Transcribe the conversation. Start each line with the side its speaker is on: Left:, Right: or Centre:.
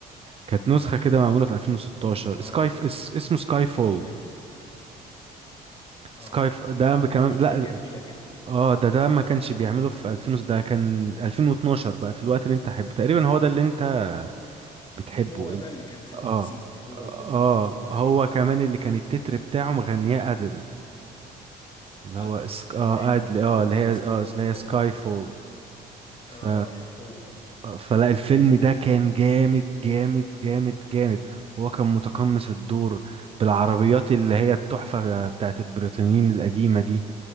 Right: كانت نسخة كده معمولة في 2016
Left: اه
Right: سكاي ف... اس... اسمه سكاي فول
Left: ايوه أيوة. اه
Right: سكاي ف... ده كمان
Left: دي كانت
Right: لا
Left: جميلة جدا
Right: اه ده ده ما كانش بيعمله في 2000 وس- ده كان 2012 بقى في الوقت اللي انت حبه تقريبا هو ده اللي انت بتحبه
Left: هو
Right: ال-
Left: ده اللي كان في المكسيك
Right: اه
Left: هو
Right: اه
Left: اللي انت بتقول عليه
Right: هو كمان اللي كان التتر بتاعه مغنياه ادل اللي
Left: ادلي
Right: هو سك...
Left: تمام
Right: اه ادل اه
Left: هو
Right: اللي هي
Left: بالظبط
Right: اه اللي هي
Left: هو
Right: سكاي فول ف
Left: اه هي- هو
Right: فلا الفيلم ده كان جامد جامد جامد جامد هو كان متقمص الدور بالعربيات اللي هي التحفة بتاعت البريطانيين القديمة دي